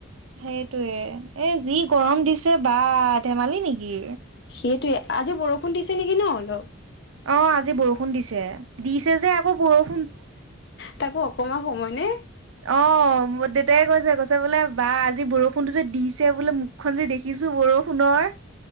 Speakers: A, on the right; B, on the left.
A: সেইটয়ে এ যি গৰম দিছে বা ধেমালি নেকি,
B: সেইটোৱে আজি বৰষুণ দিছে নেকি ন অলপ,
A: অ আজি বৰষুণ দিছে। দিছে যে আকৌ বৰষুণ
B: তাকো অকণমান সময় নে,
A: অ মোৰ দেউতাই কৈছে কৈছে বোলে বা আজি বৰষুণটো যে দিছে বোলে মুখখনন যে দেখিছো বৰষুণ সোণৰ,